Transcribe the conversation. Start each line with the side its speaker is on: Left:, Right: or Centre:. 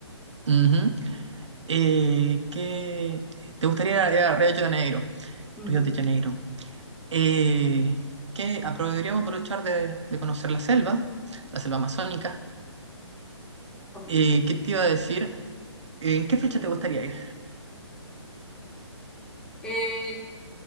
Right: Ujú. Eh, ¿qué- te gustaría ir a, ir a Río de Janeiro?
Centre: Ujú,
Right: Río de Janeiro. Eh, ¿qué apro- podríamos aprovechar de, de conocer la selva, la selva amazónica?
Centre: También.
Right: Eh, ¿qué te iba a decir? ¿En qué fecha te gustaría ir?
Centre: Eh,